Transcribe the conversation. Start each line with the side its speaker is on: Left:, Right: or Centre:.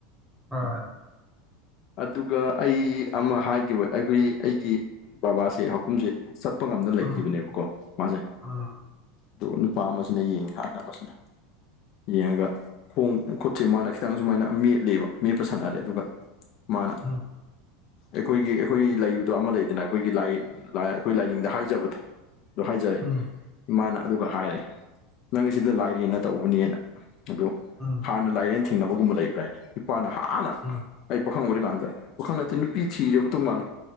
Centre: <unintelligible>
Left: ꯑꯗꯨꯒ ꯑꯩ ꯑꯃ ꯍꯥꯏꯒꯤꯕ ꯑꯩꯈꯣꯏ ꯑꯩꯒꯤ ꯕꯕꯥꯁꯦ ꯍꯥꯀꯨꯝꯁꯦ ꯆꯠꯄ ꯉꯝꯗ ꯂꯩꯈꯤꯕꯅꯦꯕꯀꯣ
Centre: ꯎꯝ
Left: ꯃꯥꯁꯦ
Centre: ꯎꯝ
Left: ꯑꯗꯨ ꯅꯨꯄꯥ ꯑꯃꯁꯤꯅ ꯌꯦꯡꯉꯤ ꯍꯥꯟꯅ ꯑꯃꯁꯤꯅ ꯌꯦꯡꯉꯒ ꯈꯣꯡ ꯈꯨꯠꯁꯦ ꯃꯥꯅ ꯈꯤꯇꯪ ꯁꯨꯃꯥꯏꯅ ꯃꯦꯠꯂꯦꯕ ꯃꯦꯠꯄ ꯁꯥꯟꯅꯔꯦ ꯑꯗꯨꯒ ꯃꯥꯅ
Centre: ꯎꯝ
Left: ꯑꯩꯈꯣꯏꯒꯤ ꯑꯩꯈꯣꯏ ꯂꯩꯕꯗꯣ ꯑꯃ ꯂꯩꯗꯅ ꯑꯩꯈꯣꯏꯒꯤ ꯂꯥꯏ ꯂꯥꯏ ꯑꯩꯈꯣꯏ ꯂꯥꯏꯅꯤꯡꯗ ꯍꯥꯏꯖꯕꯗꯣ ꯑꯗꯣ ꯍꯥꯏꯖꯔꯦ
Centre: ꯎꯝ
Left: ꯏꯃꯥꯅ ꯑꯗꯨꯒ ꯍꯥꯏꯔꯦ ꯅꯪ ꯁꯤꯗ ꯂꯥꯏꯔꯦꯟꯅ ꯇꯧꯕꯅꯦꯅ ꯑꯗꯨ
Centre: ꯎꯝ
Left: ꯍꯥꯟꯅ ꯂꯥꯏꯔꯦꯟ ꯊꯦꯡꯅꯕꯒꯨꯝꯕ ꯂꯩꯕ꯭ꯔꯥꯅ ꯏꯄꯥꯅ ꯍꯥꯟꯅ
Centre: ꯎꯝ ꯎꯝ
Left: ꯑꯩ ꯄꯥꯈꯪ ꯑꯣꯏꯔꯤꯀꯥꯟꯗ ꯄꯥꯈꯪ ꯅꯠꯇꯦ ꯅꯨꯄꯤ ꯊꯤꯔꯦ ꯃꯇꯨꯡ ꯃꯥꯜꯂꯦ